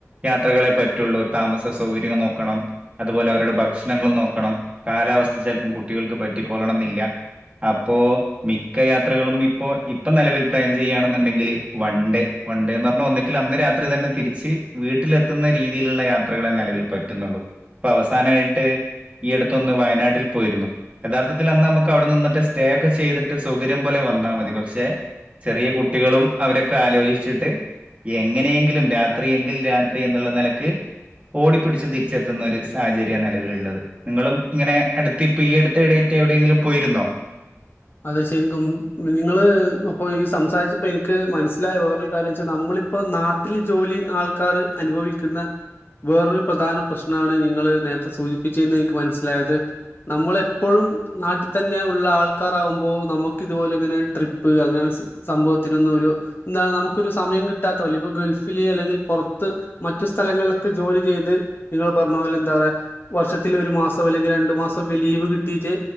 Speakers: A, on the right (about 25°); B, on the left (about 45°).
A: യാത്രകളെ പറ്റുള്ളൂ താമസ സൗകര്യങ്ങള് നോക്കണം അതുപോലെ അവരടെ ഭ ഭക്ഷണങ്ങള് നോക്കണം കാലാവസ്ഥ ചെലപ്പോം കുട്ടികൾക്ക് പറ്റിക്കൊള്ളണന്നില്ലാ അപ്പോ മിക്ക യാത്രകളും ഇപ്പോ ഇപ്പം നെലവിൽ പ്ലാൻ ചെയ്യുയാണെന്നോണ്ടെങ്കില് വൺ ഡേ വൺണ്ടേന്ന് പറഞ്ഞാ ഒന്നിങ്കില് അന്ന് രാത്രി തന്നെ തിരിച്ച് വീട്ടിലെത്തുന്ന രീതിയിലെള്ള യാത്രകളെ നെലവിൽ പറ്റുന്നേള്ളൂ ഇപ്പം അവസാനയായി ഈ അടുത്തൊന്ന് വയനാട്ടിൽ പോയിരുന്നു യഥാർത്ഥത്തിൽ അന്ന് നമക്ക് അവടെ നിന്നിട്ട് സ്റ്റേ ഒക്കെ ചെയ്തിട്ട് സൗകര്യം പോലെ വന്നാ മതി പക്ഷേ ചെറിയ കുട്ടികളും അവരൊക്കെ ആലോചിച്ചിട്ട് എങ്ങനെയെങ്കിലും രാത്രി എങ്കിൽ രാത്രി എന്നേള്ള നെലക്ക് ഓടിപ്പിടിച്ച് തിരിച്ചെത്തുന്ന ഒര് സാഹചര്യ നെല ള്ളത് നിങ്ങളും ഇങ്ങനെ അടുത്ത് ഇപ്പം ഈ അടുത്ത് ഡേയ്റ്റ് എവടെയെങ്കിലും പോയിരുന്നോ
B: അതെ ശെരിക്കും നിങ്ങള് അപ്പൊ ഈ സംസാരിച്ചപ്പോ എനക്ക് മനസ്സിലായ വേറൊരു കാര്യ വെച്ചാൽ നമ്മളിപ്പോ നാട്ടില് ജോലി ആൾക്കാാര് അനുഭവിക്കുന്ന വേറൊരു പ്രധാന പ്രശ്നമാണ് നിങ്ങള് നേരത്തെ സൂചിപ്പിച്ചെന്ന് എനിക്ക് മനസ്സിലായത് നമ്മള് എപ്പോഴും നാട്ടി തന്നെ ഒള്ള ആൾ ആൾക്കാറാവുമ്പോ നമക്ക് ഇതുപോലെങ്ങനെ ട്രിപ്പ് അങ്ങനെ സംഭവത്തിനൊന്നും ഒര് എന്താണ് നമക്കൊരു സമയം കിട്ടാത്തപോലെ ഇപ്പൊ ഗൾഫില് അല്ലെങ്കിൽ പൊറത്ത് മറ്റ് സ്ഥലങ്ങളിലൊക്കെ ജോലി ചെയ്ത് നിങ്ങള് പറഞ്ഞ പോലെ എന്താ പറയാ വർഷത്തില് ഒരു മാസം അല്ലെങ്കിൽ രണ്ടു മാസം ഒക്കെ ലീവ് കിട്ടിട്ട്